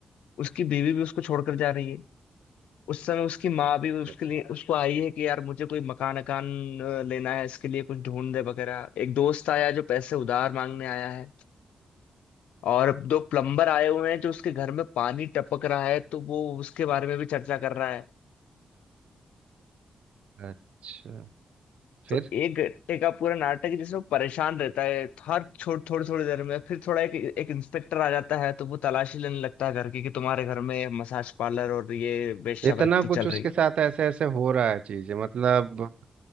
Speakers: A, on the left; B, on the right.
A: उसकी बीवी भी उसको छोड़कर जा रही है उस समय उसकी माँ भी उसके
B: अच्छा
A: लिए उसको आई है कि यार मुझे कोई मकान अकान अ, लेना है इसके लिए कुछ ढूंढ दे वगैरह एक दोस्त आया जो पैसे उधार मांगने आया है और दो प्लम्बर आए हुए हैं जो उसके घर में पानी टपक रहा है तो वो उसके बारे में भी चर्चा कर रहा है
B: अच्छा अच्छा फिर
A: तो एक घंटे का पूरा नाटक है जिसमें वो परेशान रहता है हर छोड़ थोड़ी थोड़ी देर में फिर थोड़ा एक एक इंस्पेक्टर आ जाता है तो वो तलाशी लेने लगता है घर की कि तुम्हारे घर में मसाज पार्लर और ये वेश्यावृत्ति
B: इतना कुछ
A: चल
B: उसके
A: रही
B: साथ ऐसे ऐसे हो रहा है चीजें मतलब